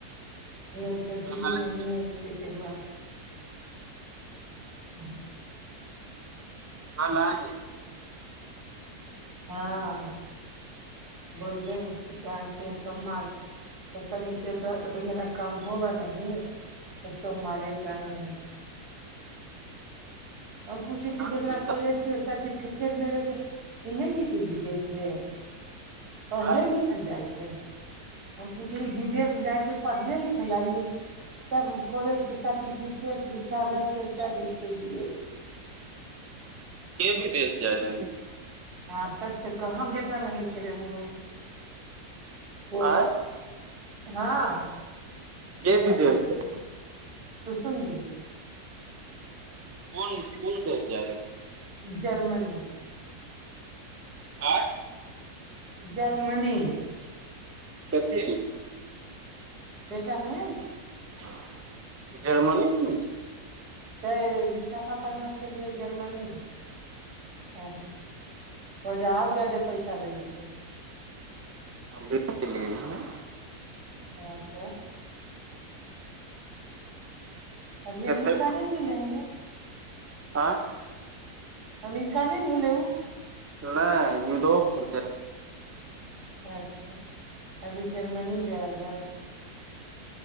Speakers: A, on the right; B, on the right.
A: नहि स
B: कल
A: दू
B: आज
A: दिन नहिए हो पैते हमरा सऽ ह
B: हम ना जाइब।
A: हँ बोल्ले की कहतै सोमवार। तबत नीचे तोरके तऽ मेरा काम होगा नहि त सोमारेके आएंगे। हम पूछै
B: ने
A: छी जेकरा कॉलेजके सर्टिफिकेट नहि रहेतै ओ नहि जेते विदेशी रे पढ़ले
B: आँय
A: लिखल जाइ छै? हम पूछै विदेश जाइ छै पढ़ले लिखे लय की? तब कॉलेज के सर्टिफिकेट <inaudible> भ कागज -
B: के विदेेश जाय रहल है?
A: <inaudible> कहाँ बेटा रहै छै जे होए ओ।
B: आँय
A: हँ
B: के
A: बेटा
B: विदेश
A: लेने
B: जाय
A: छै शुसुम दीदी।
B: कोन कोन देश जाय हे?
A: जर्मनी।
B: आँय
A: जर्मनी।
B: <inaudible>
A: बेटा हुएन छै
B: ज जर्मनी में के छै?
A: तऽ विशाखापट्नासँ गेल जर्मनी। हँ ओजा आउ ज्यादे पैसा दैय छै।
B: हा से <inaudible>
A: इहेत तऽ। अभी
B: कते
A: अमिरेका नहि ने गेल हेतै?
B: आँइ?
A: अमिरेका नहि ने होले ऊ?
B: नहि युरोप।
A: अच्छा अभी जर्मनी जाय रहल।